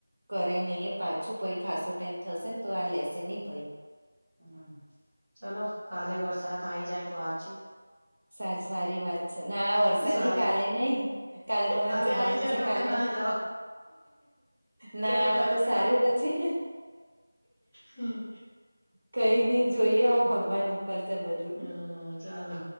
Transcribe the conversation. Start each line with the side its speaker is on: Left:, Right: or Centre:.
Right: કરાઈ નહી પાછું પછે ખાસો ટાઈમ થશે ને તો આ લેશે નહી ભાઈ
Centre: હમ ચલો કાલે વરસાત આઈ જાય તો આજે
Right: <inaudible> સર સારી વાત છે ના વરસાદ
Centre: સારી
Right: ની કાલે નઈકાલે તમારે
Centre: કાલે
Right: જવાનું
Centre: આઈ જાય
Right: છે
Centre: તમે
Right: કાલે
Centre: ના
Right: નઈ
Centre: જાઓ
Right: ના
Centre: ઘરે
Right: આવે
Centre: બેસી
Right: તો સારું
Centre: રહો
Right: પછી.
Centre: હમ
Right: કઈ નઈ જોઈએ હવે ભગવાન ઉ પર છે બધું.
Centre: હમ ચાલો.